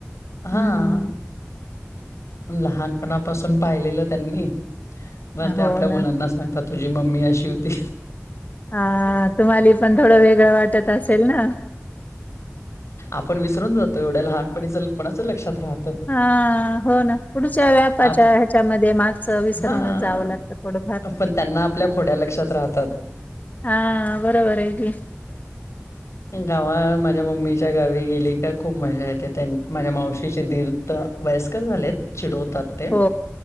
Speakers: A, on the left; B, on the left.
A: हम्म.
B: हां, लहानपणापासून पाहिलेलं त्यांनी, म ते
A: हो
B: आपल्या मुलांना
A: ना
B: सां तात, तुझी मम्मी अशी होती
A: हा, तुम्हाले पण थोडं वेगळं वाटत असेल न.
B: आपण विसरून जातो एवढे लहान पाणीच कोणाच लक्षात राहत.
A: हा हो ना पुढच्या व्यापाच्या
B: आप
A: ह्याच्यामध्ये मागचं विसरूनच
B: हा,
A: जावं लागतं थोडंफार
B: पण त्यांना आपल्या खोड्या लक्षात राहतात.
A: हा, बरोबर आहे की.
B: गावा, माझ्या मम्मीच्या गावी गेली का, खूप मजा येते, त्यां माझ्या मावशीचे दीर वयस्कर झालेत, चिडवतात ते,
A: हो